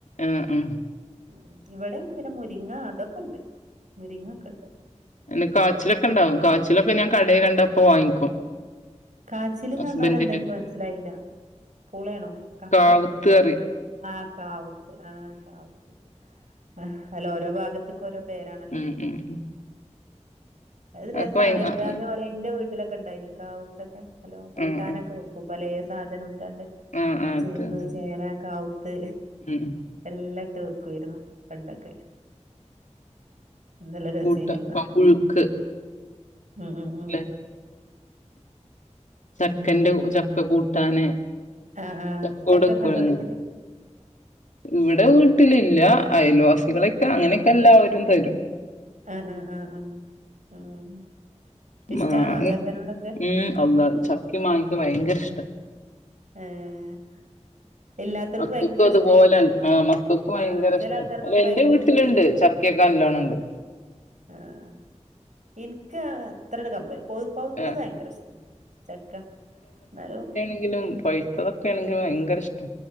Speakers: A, on the left; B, on the right.
A: ആഹ് ആഹ്
B: ഉഹ് ഇവിടെം പിന്നെ മുരിങ്ങ അതൊക്കെ ഉണ്ട് മുരിങ്ങ ഒക്കണ്ട്.
A: നെ കാച്ചിലൊക്കെണ്ടാവും കാച്ചിലൊക്കെ ഞാൻ കടയ കണ്ട അപ്പോ വാങ്ങിക്കും.
B: കാച്ചില്ന്ന്
A: ഹസ്ബൻഡിന്
B: പറഞ്ഞാൽ എന്താ ഇൻക്ക് മനസ്സിലായില്ല പൂളേണോ? കപ്
A: കാവുത്തറി.
B: ആഹ് കാവുത്ത് ആഹ് കാവുത്ത്. ആഹ് അല്ല ഓരോ ഭാഗത്ത്ക്ക് ഓരോ പേരാണല്ലോ.
A: ഉം ഉം ഉം
B: അത്
A: അതൊക്കെ
B: രസാണ്
A: ഭയ
B: ഇത്
A: ആഹ്
B: അതേപോലെ ഇന്റെ വീട്ടിലൊക്കെ ഉണ്ടയിനി കാവൊത്തൊക്കെ. നലോ കൂട്ടാനൊക്കെ
A: ആഹ്
B: വെക്കും പലേ സാധനുട്ടാണ്ട്
A: ആഹ് ആഹ്
B: ചേമ്പ്,
A: എത്താണ്ട്
B: ചേന, കാവു ത്ത്
A: ഉം
B: എല്ലട്ടു വെക്കായിരുന്നു പണ്ടൊക്കെ. നല്ല രസയ്‌നന്നൊക്കെ.
A: കൂട്ട പുഴുക്ക്
B: ഉം ഉം ഉം
A: ല്ലെ ചക്കൻെറ
B: ഉം
A: ചക്ക കൂട്ടാന്
B: ആഹ് ആഹ്
A: ചക്കോട്
B: ചക്കക്ക്ണ്ടോ
A: വെക്കുവല്ലോ
B: വീട്ടില്?
A: ഇവിടെ വീട്ടിലില്ല അയൽവാസികളൊക്കെ അങ്ങനെയൊക്കെല്ലാവരും തരും.
B: ആഹ് അഹ് അഹ് ആഹ് ആഹ് ഇഷ്ടാണോ
A: മാഇ
B: ചക്കനോടൊക്കെ
A: മ് അള്ള ചക്കി മാങ്ങൊക്കെ ഭയങ്കര ഇഷ്ട.
B: ഏഹ് ഇല്ലാത്തോൽക്ക്
A: മക്കക്കതുപോലെണ്
B: ഭയങ്കര ഇഷ്ടായിരിക്കും ഇൻക്ക്
A: ആഹ് മക്കക്കു ഭയങ്കര
B: ആഹ് ചെല
A: ഇഷ്ട
B: ആൾക്കാർക്കൊക്കെ
A: അല്ല ഇന്റെ
B: ഭയങ്കര
A: വീട്ടിലുണ്ട്.
B: ഇഷ്ട
A: ച ക്കൊക്കെ നല്ലോണണ്ട്.
B: ആഹ് ആഹ് ഇൻക്ക് അത്രട് കമ്പല്ല. പോ പൗത്തത്
A: ആഹ്
B: ഭയങ്കര ഇഷ്ട ചക്ക. ന്നാലും
A: ങ്കിലും പഴിത്തതൊക്കേണെങ്കിൽ ഭയങ്കര ഇഷ്ട